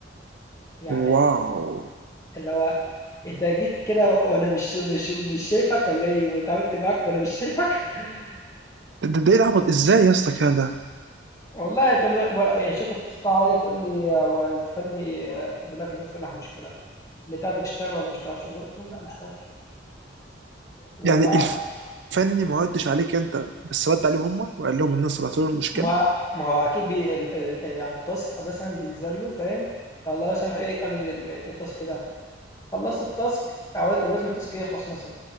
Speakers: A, on the left; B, on the right.
A: يعني
B: واو
A: اللي هو أنت جيت كده وأنا مش مش مش شايفك والّا إيه، واتعاملت معاك وأنا مش شايفك؟ <laughs>
B: ده ده ده ايه العبط ازاي يا اسطى كده
A: والله أنت م ب يعني الشركة بتتصل عليَّ بتقول لي هو الفني بيقول لك إنه صلّح مشكلة، النت عندك اشتغل والّا ما اشتغلش؟ قُلت لهم: "لأ ما اشتغلش." وبع
B: يعني الفني ما ردش عليك انت بس رد عليهم هم وقال لهم ان انا صلحت لهم المشكله
A: ما ما هو أكيد بي ال ال يعني الtask مثلًا بينزل له فاهم، الله يصلح إيه، اعمل ال الtask ده. خلصت التاسك او لاز- ولازم التاسك يخلص مثلا